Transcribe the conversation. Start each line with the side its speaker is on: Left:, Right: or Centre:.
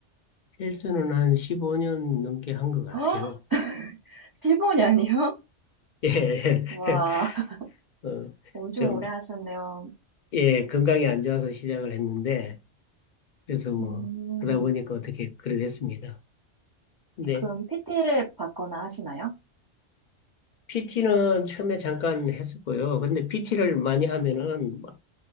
Left: 헬스는 한 15년 넘게 한 것 같아요.
Right: <gasps> 15년이요? <laughs>
Left: <laughs> 예,
Right: 와,
Left: 예.
Right: <laughs>
Left: 어,
Right: 엄청
Left: 좀,
Right: 오래 하셨네요.
Left: 예, 건강이 안 좋아서 시작을 했는데, 그래서 뭐
Right: 음,
Left: 하다 보니까 어떻게 그래 됐습니다. 근데
Right: 그럼 PT를 받거나 하시나요?
Left: PT는 처음에 잠깐 했었고요. 근데 PT를 많이 하면은